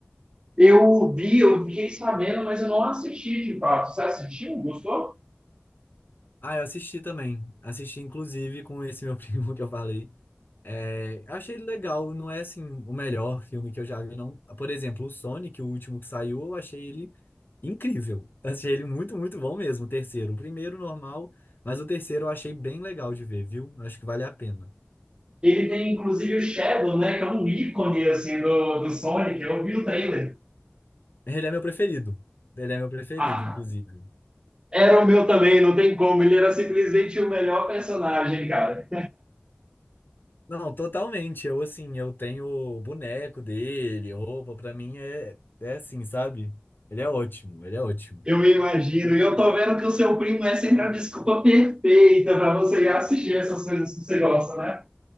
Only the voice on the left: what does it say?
Ah, eu assisti também. Assisti, inclusive, com esse meu <laughs> primo que eu falei. É, achei ele legal, não é assim o melhor filme que eu já vi, não. Por exemplo, o Sonic, o último que saiu, eu achei ele incrível. Achei ele muito, muito bom mesmo, o terceiro. O primeiro, normal, mas o terceiro eu achei bem legal de ver, viu? Acho que vale a pena.
Ele é meu preferido. Ele é meu preferido,
inclusive.
Não, totalmente. Eu, assim, eu tenho o boneco dele, roupa, pra mim é, é assim, sabe? Ele é ótimo, ele é ótimo.